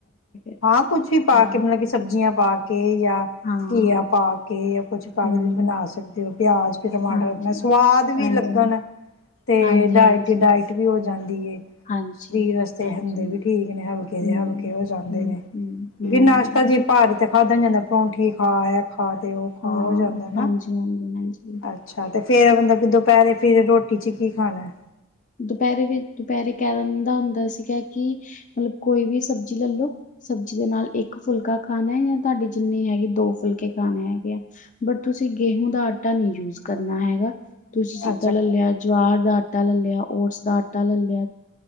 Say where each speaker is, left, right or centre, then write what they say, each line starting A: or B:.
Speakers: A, on the left (about 40°); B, on the left (about 70°).
A: ਫਿਰ
B: ਹਾਂ ਕੁੱਛ ਵੀ ਪਾ
A: ਹਮ,
B: ਕੇ ਮਤਲਬ ਕਿ ਸਬਜ਼ੀਆਂ ਬਾਕੀ ਕੇ ਜਾਂ
A: ਹਾਂ
B: ਘੀਆ ਪਾ ਕੇ ਜਾਂ ਕੁਛ ਪਾ
A: ਹਮ
B: ਕੇ ਵੀ ਬਣਾ ਸਕਦੇ ਹੋ ਪਿਆਜ ਤੇ ਟਮਾਟਰ
A: ਹਾਂਜੀ,
B: ਆਪਣਾ ਸਵਾਦ ਵੀ
A: ਹਾਂਜੀ,
B: ਅਲੱਗਣ, ਤੇ
A: ਹਾਂਜੀ,
B: ਡਾਇਟ
A: ਹਾਂਜੀ,
B: ਡਾਇਟ ਵੀ ਹੋ ਜਾਂਦੀ ਹੈ
A: ਹਾਂਜੀ,
B: ਸਰੀਰ ਵਾਸਤੇ
A: ਹਾਂਜੀ,
B: ਹੈਲਦੀ ਵੀ ਨੇ ਹਲਕੇ
A: ਹੂੰ,
B: ਦੇ ਹਲਕੇ ਉਹ ਚਾਹੁੰਦੇ
A: ਹੂੰ,
B: ਨੇ ਕਿਉਂਕਿ
A: ਹੂੰ, ਹੂੰ,
B: ਨਾਸ਼ਤਾ ਜੀ ਭਾਰੀ ਤੇ ਖਾ <inaudible> ਪ੍ਰੋਭੋਂਠੀ ਖਾ ਤੇ ਇਹ ਖਾ ਤੇ ਉਹ ਖਾ
A: ਹਾਂ,
B: ਹੋ ਜਾਂਦਾ ਹੈ ਨਾ
A: ਹਾਂਜੀ, ਹਾਂਜੀ, ਹਾਂਜੀ।
B: ਅੱਛਾ ਤੇ ਫੇਰ ਬੰਦਾ ਦੁਪਹਿਰੇ ਫਿਰ ਰੋਟੀ ਚ ਕੀ ਖਾਣਾ ਏ
A: ਦੁਪਹਿਰੇ ਵੀ ਦੁਪਹਿਰੇ ਕਹਿ ਦਿੰਦਾ ਹੁੰਦਾ ਸੀਗਾ ਕਿ ਮਤਲਬ ਕੋਈ ਵੀ ਸਬਜ਼ੀ ਲੈ ਲੋ ਸਬਜ਼ੀ ਦੇ ਨਾਲ ਇੱਕ ਫੁਲਕਾ ਖਾਣਾ ਜਾਂ ਤੁਹਾਡੀ ਜਿੰਨੀ ਹੈਗੀ ਦੋ ਫੁਲਕੇ ਖਾਣੇ ਹੈਗੇ ਆ ਬਟ ਤੁਸੀਂ ਗੇਹੂ ਦਾ ਆਟਾ ਨਹੀਂ ਯੂਜ ਕਰਨਾ ਨਾ ਹੈਗਾ ਤੁਸੀਂ ਸਿੱਧਾ
B: ਅੱਛਾ
A: ਲੈ ਲਿਆ ਜਵਹਰ ਦਾ ਆਟਾ ਲੈ ਲਿਆ ਓਟਸ ਦਾ ਆਟਾ ਲੈ ਲਿਆ